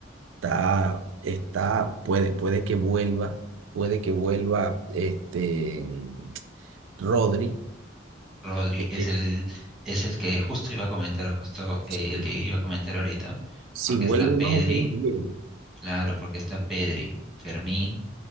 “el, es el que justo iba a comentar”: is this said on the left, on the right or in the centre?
Centre